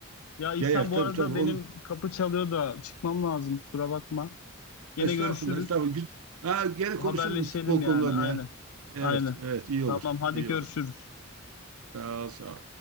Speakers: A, on the left (about 85°); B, on the right (about 85°).
A: Ya İhsan
B: Yayar
A: bu
B: tabii
A: arada
B: tabii
A: benim
B: on,
A: kapı çalıyor da çıkmam lazım. Kusura bakma. Gene
B: Estağfurullah,
A: görüşürüz.
B: estağfurullah. Güz- Ha, gene konuşuruz
A: Haberleşelim
B: bu futbol
A: yani.
B: konularını
A: Aynen.
B: ya. Evet,
A: Aynen.
B: evet iyi olur.
A: Tamam hadi
B: iyi
A: görüşürüz.
B: olur. Sağ ol, sağ ol.